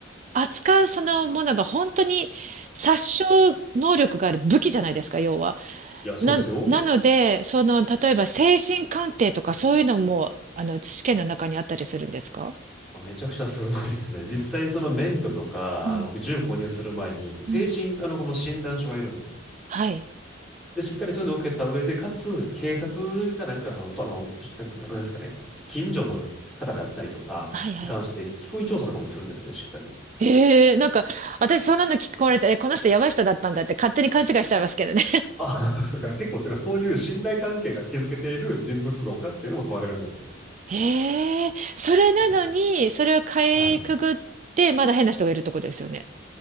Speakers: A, on the right; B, in the centre.
A: 扱うそのものが本当に殺傷能力がある武器じゃないですか、要は。
B: いや、そうですよ。
A: な、なので、その、例えば精神鑑定とかそういうのも、あの、試験の中にあったりするんですか
B: あめちゃくちゃ鋭いですね。実際その免許とか、
A: うん、
B: あの、銃購入する前に、精神科のこの診断書がいるんですよ。
A: うん。はい。
B: で、しっかりそういうのを受けた上で、かつ、警察がなんかその、とあの、なんですか、なんですかね、近所の方だったりとかに関して聞き込み調査とかもするんですね、
A: はいはい。
B: しっかり。
A: ええなんか、私そんなの聞こえられて、え、この人やばい人だったんだって勝手に勘違いしちゃいますけどね。
B: ああ、そうそうだから結構、だからそういう信頼関係が築けている人物像かっていうのも問われるんですよ。
A: へえ、それなのに、
B: だって。
A: それをかいくぐって、
B: はい。い
A: まだ変な人がいるところですよね。